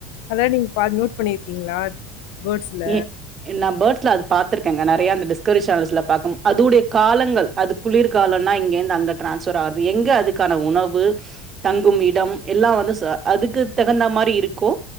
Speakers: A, on the left; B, on the right.
A: அதா நீங்க பா நோட் பண்ணியிருக்கீங்களா பேர்ட்ஸில
B: ஏ நா பேர்ட்ஸ்ல அது பாத்துருக்கேங்க நறைய அந்த டிஸ்கவரி சேனல்ஸ்ல பாக்குனு அதோடைய காலங்கள் அது குளிர்காலனா இங்கேந்து அங்கே ட்ரான்ஸ்ஃபர் ஆறது எங்கே அதுக்கான உணவு தங்கும் இடம் எல்லா வந்து அதுக்கு தகுந்த மாறி இருக்கோ